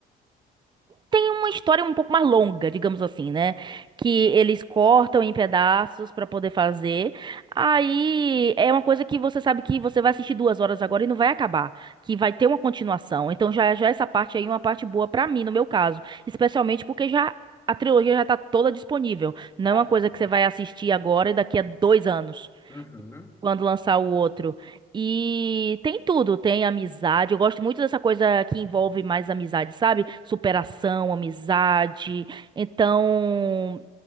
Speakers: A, on the right (about 25°); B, on the left (about 15°).
A: tem uma história um pouco mais longa, digamos assim, né? Que eles cortam em pedaços pra poder fazer. Aí é uma coisa que você sabe que você vai assistir duas horas agora e não vai acabar, que vai ter uma continuação. Então já já essa parte aí é uma parte boa pra mim, no meu caso, especialmente porque já a trilogia já tá toda disponível. Não
B: Ah,
A: é uma coisa
B: certo.
A: que você vai assistir agora e daqui a dois anos
B: Uhum.
A: quando lançar o outro. E tem tudo, tem amizade. Eu gosto muito dessa coisa que envolve mais amizade, sabe? Superação, amizade. Então,